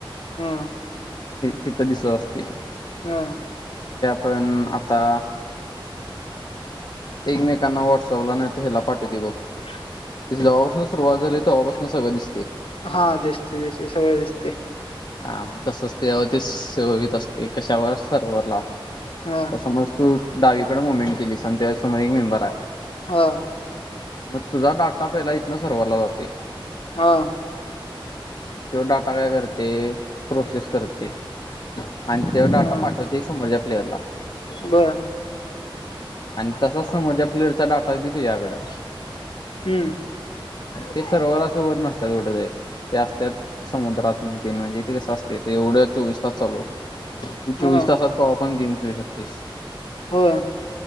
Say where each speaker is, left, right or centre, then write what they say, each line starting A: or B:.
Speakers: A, on the left (about 75°); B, on the left (about 55°).
A: हम,
B: तिथं दिसत असतोय.
A: हम्म.
B: पण आता- एकमेकांना व्हॉट्सअपला नाही तर ह्याला पाठवतय बघ-
A: <unintelligible>
B: ते जवापसन सुरुवात झाली तव्हापसन सगळं दिसतंय.
A: हा दिसतय दिसतय सगळ दिसतय.
B: हा मग तसच तेज्यावर ते सेवव्हित असतय कशावर सर्वरला.
A: हा
B: तर समज तू डावीकड मुवमेंट केलीस आणि तेज्या समोर एक मेंबर हाय.
A: हां
B: मग तुझा डाटा पहिला इथन सर्वरला जातोय.
A: हां
B: त्यो डाटा काय करते प्रोसेस कर ते आणि त्यो डाटा
A: हा
B: पाठवतय समोरच्या प्लेअरला.
A: बर
B: आणि तसाच समोरच्या प्लेयरचा डाटा येतोय तुझ्याकडं.
A: हम्म.
B: ते सर्व्हर अस वर नसत्यात कुट जाईत ते असत्यात समुद्रात मि मेन म्हणजे ते कसं असतय ते एवढं चोवीस तास चालू चोवीस
A: हां.
B: तासात कवा पण गेम खेळू शकतोयस.
A: होय.